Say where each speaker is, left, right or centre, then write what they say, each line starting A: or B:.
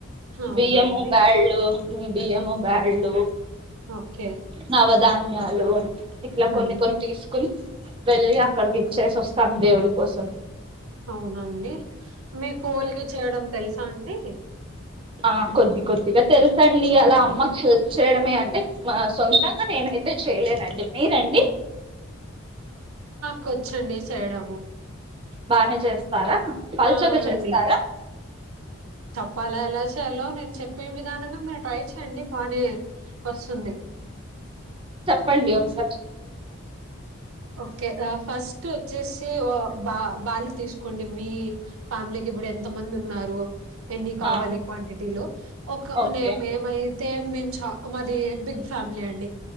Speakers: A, on the right (about 85°); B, on the right (about 25°).
A: అవునండి
B: బియ్యము బ్యాల్డు బియ్యము
A: ఉమ్,
B: బ్యాల్డు
A: ఓకే
B: నవధాన్యాలు ఇట్లా
A: ఉమ్
B: కొన్ని కొన్ని తీసుకుని వెళ్ళి అక్కడకి చేసొస్తాం దేవుడి కోసం
A: అవునండి మీకు కొలిక చేయడం తెలుసా అండి
B: ఆ కొద్ది కొద్దిగా తెలుసండి అలా అమ్మకి హెల్ప్ చేయడమే అంటే సొంతంగా నేనైతే చేయలేనండి మీరండి
A: కోచ్చుండి చేయడము
B: బానే చేస్తారా పలుచగా
A: అవునండి
B: చేస్తారా
A: పల ఎలా చేయాలో నేను చెప్పే విధానంగా మీరు ట్రై చేయండి బానే వస్తుంది
B: పండి ఒకస
A: ఓకే ఫస్ట్ వచ్చేసి ఆ బా బలు తీసుకోండి మీ ఫ్యామిలీకి ఇప్పుడు ఎంత మంది ఉన్నారో ఎన్ని కావాలి
B: ఆ
A: క్వాంటిటీలో ఒక
B: ఓకే
A: నే మేమైతే మేము చ మది బిగ్ ఫ్యామిలీ అండి